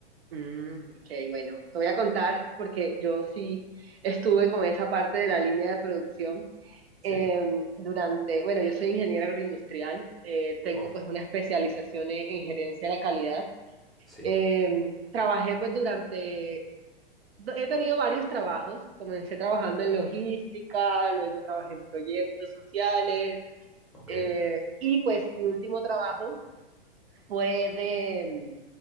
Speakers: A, on the right (about 75°); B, in the centre.
A: Mm, ok, bueno, te voy a contar porque yo sí estuve con esa parte de la línea de producción em,
B: Sí,
A: durante, bueno, yo soy ingeniera agroindustrial, eh, tengo
B: wow,
A: pues una especialización en, en gerencia de la calidad.
B: sí,
A: Em, trabajé pues durante do- He tenido varios trabajos. Comencé trabajando en logística, luego trabajé en proyectos sociales
B: ok.
A: eh, y pues mi último trabajo fue de, mm,